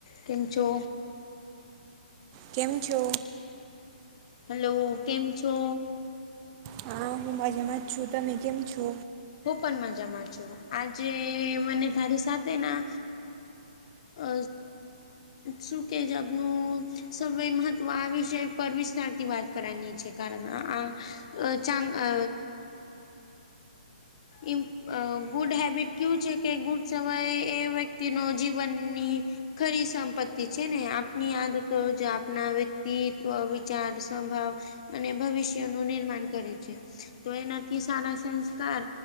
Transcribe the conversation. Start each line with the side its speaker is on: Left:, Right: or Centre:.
Left: કેમ છો.
Right: કેમ છો.
Left: હલો કેમ છો.
Right: હા હું મજામાં જ છું તમે કેમ છો.
Left: હું પણ મજામાં છું આજે મને તારી સાથે ના અ શું કેજ આપનું સય મહત્વ આ વિષ પર વિસ્તારથી વાત કરવાની છે, કારણ આ અ ચા અ ઇમ ગુડ હેબિટ કયુ છે કે ગુડ સયે એ વ્યક્તિનો જીવનની ખરી સંપત્તિ છે ને આપની આદતો જો આપણા વ્યક્તિત્વ વિચાર સંભાવ અને ભવિષ્યનુંું નિર્માણ કરે છે, તો એનાથી સારા સંસ્કાર